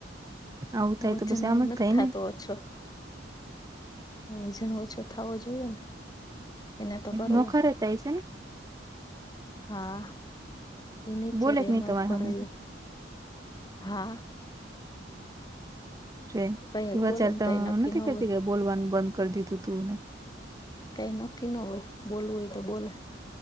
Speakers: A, on the right (about 20°); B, on the left (about 20°).
A: આવું
B: વજન
A: થાય તો પછ આમ
B: હવે નથી
A: જ થાય
B: થતો
A: ને.
B: ઓછો. વજન ઓછો થવો જોઈએ ને. એને તો કરવો
A: નો ખરત એ છે.
B: હા એ નીચે
A: બોલે
B: રહી
A: કે નહી
B: અમે
A: તમારે
B: ઉપર
A: હામું
B: રહીએ
A: તો
B: હા.
A: રે
B: કઈ
A: વચારતા
B: બોલે ને કઈ નક્કી
A: નથી
B: ન હોય
A: કેતી કે બોલવાનું બંધ કરી દીધું તુંને.
B: કઈ નક્કી ન હોય બોલવું હોય તો બોલે